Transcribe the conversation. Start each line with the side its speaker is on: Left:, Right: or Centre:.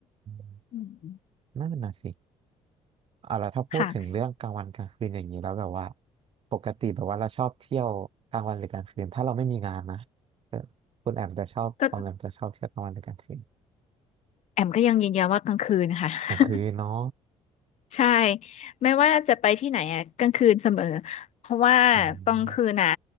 Right: ม
Left: อืม
Right: นั่นน่ะสิเอาละถ้าพูดถึงเรื่องกลางวันกลางคืนอย่างนี้แล้วแบบว่า
Left: ค่ะ
Right: ปกติแบบว่าเราชอบเที่ยวกลางวันหรือกลางคืนถ้าเราไม่มีงานนะเออคุณแอมจะชอบออมแอมจะชอบเที่ยวกลางวันหรือกลางคืน
Left: ก็แอมก็ยังยืนยันว่ากลางคืนค่ะ <laughs>
Right: กลางคืนเนาะ
Left: ใช่ไม่ว่าจะไปที่ไหนอะกลางคืนเสมอเพราะว่าตอนคืนอ่ะ
Right: อืม